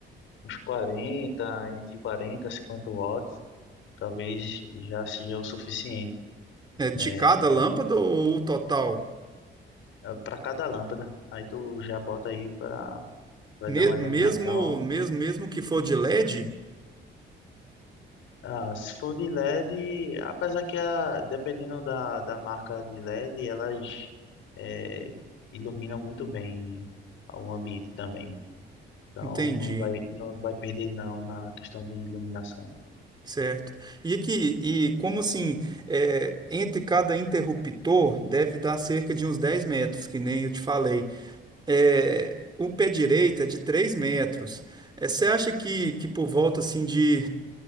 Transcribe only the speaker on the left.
uns 40 entre 40 e 50 watts talvez já seja o suficiente,
né?
Para cada lâmpada. Aí tu já bota aí para vai
dar uma
iluminação.
Ah, se for de LED, apesar que a, dependendo da, da marca de LED, elas eh, iluminam muito bem o ambiente também. Então
não vai não vai perder não na questão de iluminação.